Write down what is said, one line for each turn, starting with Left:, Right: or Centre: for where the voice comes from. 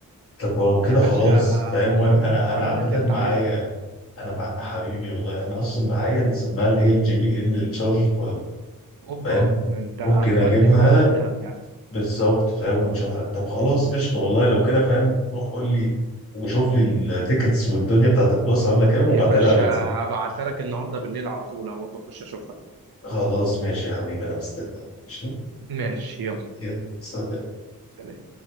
Left: طب ولو كده
Right: يا باشا
Left: خلاص فاهم
Right: انا
Left: وانا
Right: عم-
Left: انا
Right: اعمل
Left: انا عامه
Right: لك اللي انت
Left: معايا
Right: عايزه
Left: انا مع حبيبي والله انا اصلا معايا اللي سماها اللي هي الجي بي ال التشارج بوينت
Right: اوبا
Left: فاهم
Right: ده انت
Left: ممكن
Right: هتودي
Left: اجيبها
Right: معانا في دهب يعني
Left: بالظبط فاهم ونشوفها طب خلاص قشطه والله لو كده فاهم روح قول لي وشوف لي التيكتس والدنيا بتاعت الباص عامله كام
Right: يا
Left: وابعتها
Right: باشا
Left: لي على الواتساب
Right: هبعتها لك النهارده بالليل على طول اهو تخش اشوفها
Left: خلاص ماشي يا حبيبي انا مستني ماشي
Right: ماشي يلا
Left: يلا سلام
Right: سلام